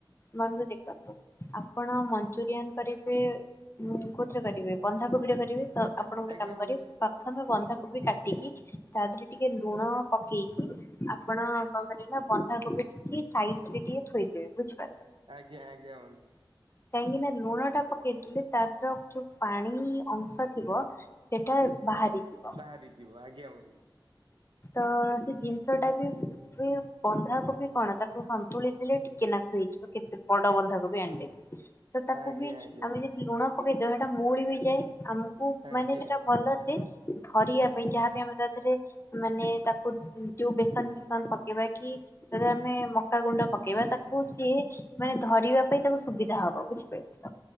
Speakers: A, on the left; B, on the right.
A: ବନ୍ଧୁ ଦେଖନ୍ତୁ ଆପଣ ମଞ୍ଚୁରିଆନ କରିବେ ଉଁ କୋଉଥିରେ କରିବେ ବନ୍ଧାକୋବିରେ କରିବେ ତ ଆପଣ ଗୋଟେ
B: ଆଜ୍ଞା
A: କାମ
B: ବନ୍ଧୁ
A: କରିବେ ପା ଥମେ ବନ୍ଧାକୋବି କାଟିକି ତା ଦେହରେ ଟିକେ ଲୁଣ ପକେଇକି ଆପଣ କଣ କରିବେ ନା ବନ୍ଧାକୋବି ଟିକି ସାଇଟ୍ ରେ ଟିକେ ଥୋଇଦେବେ ବୁଝିପାରିଲେ।
B: ଆଜ୍ଞା ଆଜ୍ଞା ବନ୍ଧୁ।
A: କାହିଁକି ନା ଲୁଣ ଟା ପକେଇଥିଲେ ତା ଦେହର ଯୋଉ ପାଣି ଅଂଶ ଥିବ ସେ ଏଟା ବାହାରିଚି
B: ବାହାରିଯିବ ଆଜ୍ଞା ବନ୍ଧୁ।
A: ତ ସେଇ ଜିନିଷ ଟା ବି ବି ବନ୍ଧାକୋବି କଣ ତାକୁ ସନ୍ତୁଳି ଦେଲେ ଟିକେ ନାକୁ ହେଇଯିବ କେତେ ବଡ ବନ୍ଧାକୋବି ଆଣିଲେ ବି ତ ତାକୁ
B: ଆଜ୍ଞା
A: ବି
B: ଆଜ୍ଞା
A: ଆମେ ଯଦି ଲୁଣ ପକେଇଦବା ସେଟା ମୋଉଳି ବି ଯାଏ ଆମୁକୁ
B: ଆଜ୍ଞା
A: ମାନେ ସେଟା ଭଲ ସେ ଧରିବା ପାଇଁ ଯାହାବି ଆମେ ତା ଦେହରେ ମାନେ ତାକୁ ଯୋଉ ବେସନ ଫେସନ ପକେଇବା କି ଯଦି ଆମେ ମକା ଗୁଣ୍ଡ ପକେଇବା ତାକୁ ସିଏ ମାନେ ଧରିବା ପାଇଁ ତାକୁ ସୁବି ଧା ହବ ବୁଝିପାଇଲେ ତ